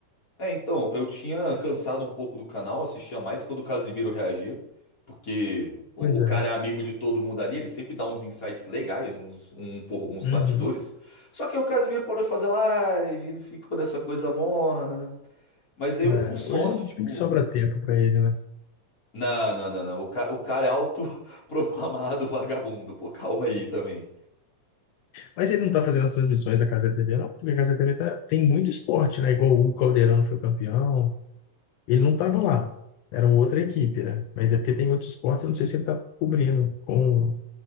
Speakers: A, on the left (about 25°); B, on the left (about 75°).
A: É, então, eu tinha cansado um pouco do canal, assistia mais quando o Casimiro reagia, porque o,
B: Pois
A: o
B: é.
A: cara é amigo de todo mundo ali, ele sempre dá uns insights legais, uns, um, por, uns
B: Uhum.
A: batidores. Só que aí o Casimiro parou de fazer live, não ficou nessa coisa morna. Mas aí
B: É,
A: eu, por sorte,
B: hoje
A: tipo.
B: nem sobra tempo para ele, né?
A: Não, não, não, não. O, ca- o cara é autoproclamado <laughs> vagabundo, pô, calma aí também.
B: Mas ele não tá fazendo as transmissões da Casa TV, não, porque a Casa TV tá, tem muito esporte, né? Igual o Hugo Calderano foi campeão. Ele não tava lá. Era outra equipe, né? Mas é porque tem outros esportes, eu não sei se ele tá cobrindo com